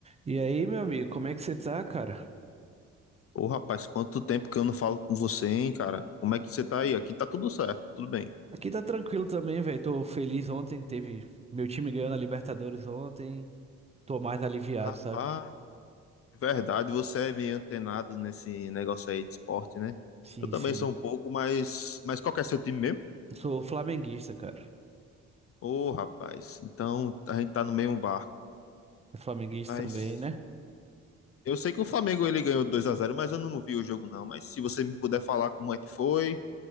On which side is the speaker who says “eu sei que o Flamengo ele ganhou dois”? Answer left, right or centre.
Left